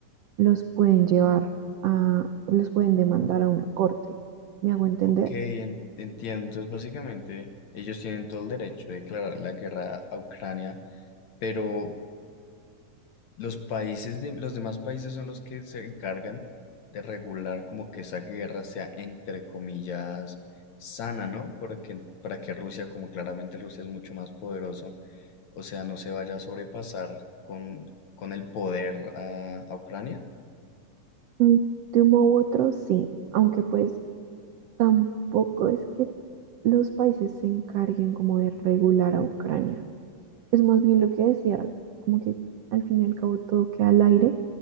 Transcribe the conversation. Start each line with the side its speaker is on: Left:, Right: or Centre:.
Right: los pueden llevar a, los pueden demandar a una corte. ¿Me hago entender?
Left: ok, en- entiendo. Entonces, básicamente, ellos tienen todo el derecho de declarar la guerra a Ucrania, pero Los países de, los demás países son los que se encargan de regular como que esa guerra sea entre comillas sana, ¿no? Porque para que Rusia, como claramente Rusia es mucho más poderoso, o sea, no se vaya a sobrepasar con, con el poder a, a Ucrania.
Right: Mm, De uno u otro, sí, aunque pues tampoco es que los países se encarguen como de regular a Ucrania. Es más bien lo que decía, como que al fin y al cabo todo queda al aire